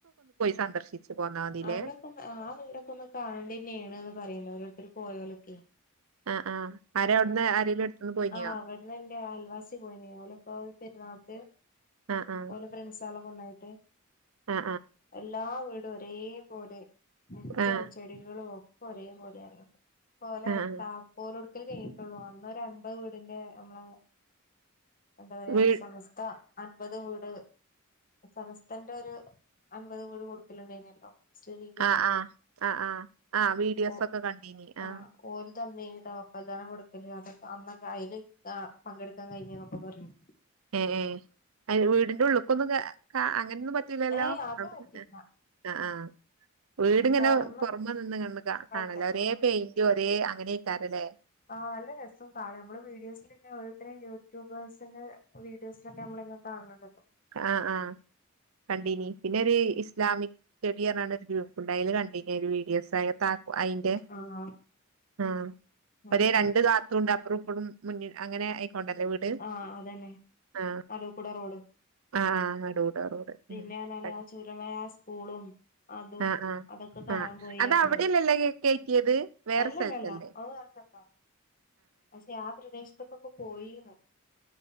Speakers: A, on the right; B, on the left.
A: സന്ദർശിച്ചു പോന്നാ മതില്ലേ
B: അവിടെക്ക ഒന്ന് ആ വീടൊക്കെ ഒന്ന് കാണേണ്ടത് തന്നെയാണ്ന്ന് പറയുന്നു ഓരോരുത്തരും പോയോലൊക്കെ
A: ആഹ് ആഹ് ആരാ അവിടുന്ന് ആരേലും എടുത്തുന്ന് പോയിനിയോ
B: ആ അവിടന്ന് എന്റെ ആൽവാസി പോയിന് ഓലെപ്പോ പെര്ന്ന ക്ക്‌
A: ആഹ് ആഹ്
B: ഓല ഫ്രണ്ട്സ് ആള് ഒന്നായിട്ട്
A: ആഹ്
B: എല്ലാ വീട് ഒരേ പോലെ മുറ്റോം
A: ആഹ്
B: ചെടികളും ഒക്കെ ഒരേ പോലെ ആയിരുന്ന് പോലെ
A: ആഹ് ആഹ്
B: താക്കോല് കൊടുക്കല് കഴിഞ്ഞിട്ടുള്ളൂ അന്നൊ ഒരു അൻപത് വീടിന്റെ നമ്മളെ എന്താ പറയാ
A: വീ
B: സമസ്ത അൻപത് വീട് സമസ് തന്റെ ഒരു അൻപത് വീട് കൊടുക്കലുണ്ടേനല്ലോ മുസ്ലിം ലീഗിന്റെ
A: ആഹ് ആഹ് ആഹ് ആഹ് ആഹ് വീഡിയോസൊക്കെ
B: ഓ
A: കണ്ടീനി
B: ആ
A: ആഹ്
B: ഓല് ത്ത മേബി താക്കോൽദാനം കൊടുക്കല് അതൊക്ക എന്നൊക്ക ആ ഏത് ആ പങ്കെടുക്കാൻ കഴിഞ്ഞന്നൊക്കെ പറഞ്ഞു
A: ഏ ഏ അയ്‌ന് വീടിന്റെ ഉള്ളക്കൊന്ന് കേ കാ ആ അങ്ങനൊന്നും പറ്റുലല്ലോ
B: ഏഹ് അത്
A: അവിടനിന്ന്
B: പറ്റില്ല
A: ആ ആ വീടിങ്ങനെ
B: പൊറമെ
A: പുറമെ നിന്ന് കണ്ണ് കാ
B: കണ്ടത്
A: കാണല്ലേ ഒരേ
B: ആഹ്
A: പെയിന്റ് ഒരേ അങ്ങനെക്കരല്ലേ
B: ആ നല്ല രസവും കാണ നമ്മള് വീഡിയോസിൽന്നെ ഇത്രയും യൂട്യൂബേഴ്സിന്റെ വീഡിയോസിലൊക്കെ നമ്മള ഇങ്ങനെ കാണണ്ണ്ട്
A: ആ ആ കണ്ടീനി പിന്നെ ഒരു ഇസ്ലാമിക് സ്സ്റ്റടിപറഞ്ഞോണ്ട് ഒരു ഗ്രൂപ്പ്ണ്ട് അതില് കണ്ടിനി ഒരു വീഡിയോസ് ആല് തക്കോ അയിന്റെ
B: ആഹ്
A: ആ ഒരെ
B: അതന്നെ
A: രണ്ട് താർത്തുണ്ട് അപ്രോ ഇപ്പറും മുന്നിൽ അങ്ങനെ ഏക് കൊണ്ടാല്ലേ വീട്
B: ആഹ് അതന്നെ
A: ആ
B: നടൂക്കൂടെ റോഡും
A: ആ നടൂട റോട്
B: പിന്നെ
A: ഉം
B: പറഞ്ഞാല്
A: <unintelligible>
B: ആ ചുരമായ ആ സ്കൂളും അതും
A: ആ ആ
B: അതൊക്കെ കാണാൻ
A: ആ
B: പോയി
A: അത്
B: പറഞ്ഞേ
A: അവിടെല്ലല്ല കേ കേറ്റിയത് വേറെ
B: അല്ലല്ലല്ല
A: സ്ഥലത്തല്ലേ
B: <unintelligible> പക്ഷെ ആ പ്രദേശത്തൊക്കൊക്കെ പോയിന്ന് പറഞ്